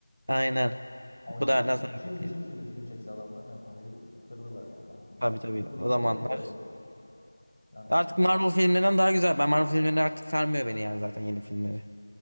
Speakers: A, on the right; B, on the left.
A: Aynen.
B: Ama
A: Bu
B: şimdi
A: da nasıl
B: mesela- şimdi
A: ki?
B: şimdi bir film çekse adamlar yani parayı kırdılar yani baktığınız
A: Tabii
B: zaman.
A: tabii
B: Şimdi Breaking
A: o zamanlar.
B: Bad de öyle. Yani işte.
A: Artık Marvel filmlerinden daha güzel. Ben Marvel filmleri artık sarmıyor beni yani zaten yeni filmleri.